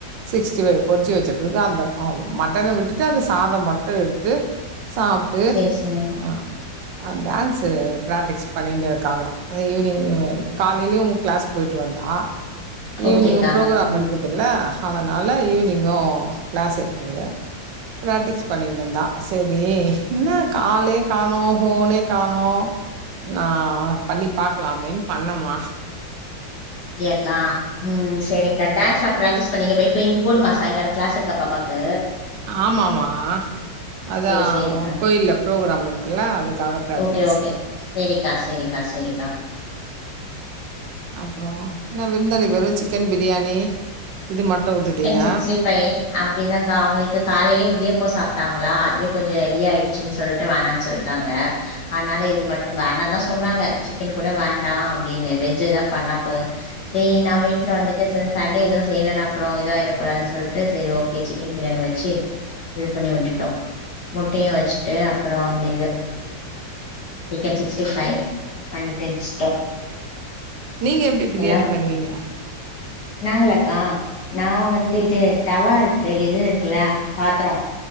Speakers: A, on the right (about 75°); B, on the left (about 60°).
A: சிக்ஸ்டி ஃபைவ் பொரிச்சு வச்ச பிறகு அந்த ஆ மட்டன விட்டுட்டு அந்த சாதோ மட்டு எடுத்து சாப்ட்டு
B: செரி செரி
A: ஆ ஆ டான்ஸு பிராக்டிஸ் பண்ணினு இருக்காங்க ஈவினிங் காலைலயு கிளாஸ் போயிட்டு வந்தா ஈவ்னிங்
B: ஓகேக்கா
A: ப்ரோக்ராம்
B: ம்
A: இருக்குதல்ல அதனால ஈவினிங்கு கிளாஸ் இருக்கு ப்ராக்டிஸ் பண்ணினு இருந்தா சரி என்ன காலே காணோ ஹோனே காணோ நா பண்ணி பாக்கலா அப்டின்னு பண்ணமா
B: யேக்கா ம் சரிக்கா டான்ஸா பிராக்டிஸ் பண்ணீங்க இப்ப இன்னிக்கு போணுமா சாயங்கால கிளாஸ் இருக்கா பாப்பாக்கு
A: ஆமாம்மா அதா
B: சேரி சேரிக்கா
A: கோயில்ல பரோக்ராம் இருக்குல்ல அதுக்காக பிராக்டிஸு
B: ஓகே ஓகே சேரிக்கா சேரிக்கா சேரிக்கா
A: அப்றோ என்ன விருந்தாளிக்கி வெறு சிக்கன் பிரியாணி இது மட்டு வுட்டுட்டீங்க
B: சிக்கன் சிக்ஸ்டி ஃபைவ் அப்டிதாங்க அவங்களுக்கு காலையிலயே இடியாப்போ சாப் விட்டாங்களா அதுவே கொஞ்சம் ஹெவி ஆயிடுச்சுன்னு சொல்ட்டு வேணான்னு சொல்ட்டாங்க அதனால இது மட்டு வேண்டான்னுதா சொன்னாங்க சிக்கன் கூட வேண்டா அப்டின்னு வெஜ் ஏதா பண்ணா போது சரி நான் வீட்ல வந்துட்டு சரி சண்டே எதுவும் செய்யலனா அப்றோ இதாயிறக்கூடாதுன்னு சொல்ட்டு செரி ஓகே சிக்கன் பிரியாணி வச்சு இது பண்ணி விட்டுட்டோ முட்டையும் வச்சுட்டு அப்றோ இந்த இது சிக்கன் சிக்ஸ்ட்டி ஃபைவ் பண்ணிட்டு வச்சுட்டோ
A: நீங்க எப்டி பிரியாணி
B: எல்லா
A: பண்ணுவீங்க
B: நாங்களாக்கா நான் வந்து இது தவா இருக்கு இது இருக்குல்ல பாத்ரோ